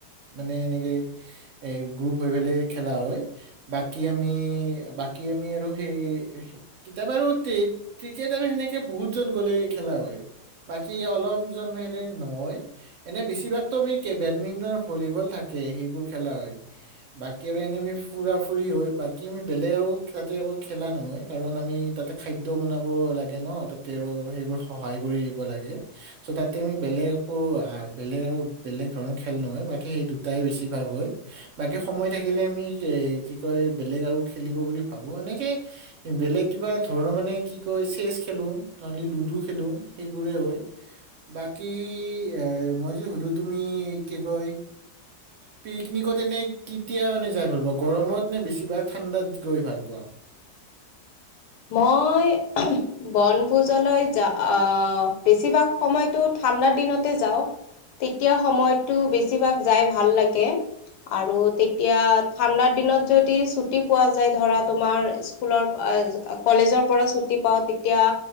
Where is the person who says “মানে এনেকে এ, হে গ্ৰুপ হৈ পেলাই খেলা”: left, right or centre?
Right